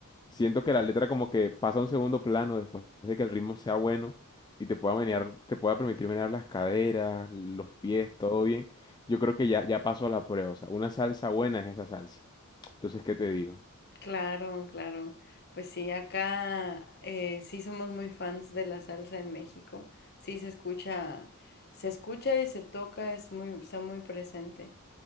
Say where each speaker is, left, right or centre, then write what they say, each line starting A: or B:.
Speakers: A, on the left; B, on the left.
A: Siento que la letra como que pasa a un segundo plano después de que el ritmo sea bueno y te pueda menear, te pueda permitir menear las caderas, los pies, todo bien. Yo creo que ya, ya pasó a la prueba. O sea, una salsa buena es esa salsa. Entonces, ¿qué te digo?
B: Claro, claro. Pues sí, acá eh, sí somos muy fans de la salsa en México. Sí se escucha, se escucha y se toca, es muy, está muy presente.